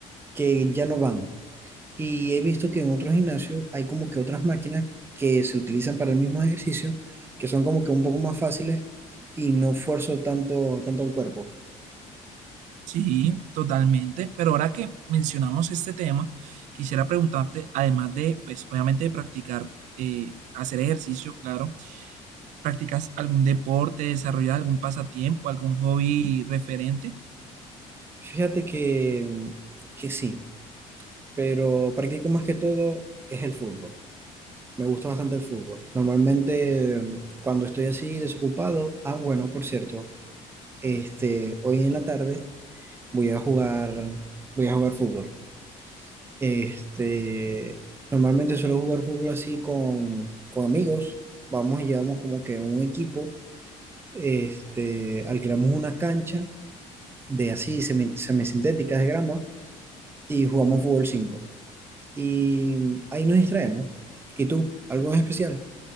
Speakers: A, on the right; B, on the right.
A: que ya no van. Y he visto que en otros gimnasios hay como que otras máquinas que se utilizan para el mismo ejercicio, que son como que un poco más fáciles y no esfuerzo tanto, tanto el cuerpo.
B: Sí, totalmente. Pero ahora que mencionamos este tema, quisiera preguntarte, además de, pues, obviamente de practicar, eh, hacer ejercicio, claro, ¿practicas algún deporte, desarrollas algún pasatiempo, algún hobby referente?
A: Fíjate que, que sí, pero practico más que todo es el fútbol. Me gusta bastante el fútbol. Normalmente em, cuando estoy así desocupado, ah, bueno, por cierto, este, hoy en la tarde voy a jugar, voy a jugar fútbol. Este, normalmente suelo jugar fútbol así con, con amigos. Vamos y llevamos como que un equipo, este, alquilamos una cancha de así semi- semisintéticas de grama y jugamos fútbol 5 Y ahí nos distraemos. ¿Y tú? ¿Algo en especial?